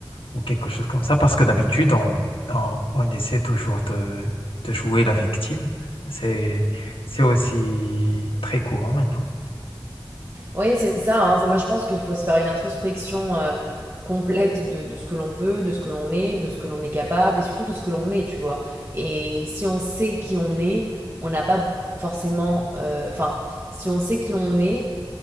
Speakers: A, on the left; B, on the right.
A: ou quelque chose comme ça, parce que d'habitude, on, on, on essaie toujours de, de jouer la victime. C'est, c'est aussi très courant maintenant.
B: Oui, c'est ça. hein. C'est moi, je pense qu'il faut se faire une introspection euh, complète de, de ce que l'on veut, de ce que l'on est, de ce que l'on est capable et surtout de ce que l'on est, tu vois. Et si on sait qui on est, on n'a pas forcément. euh, Enfin, si on sait qui on est,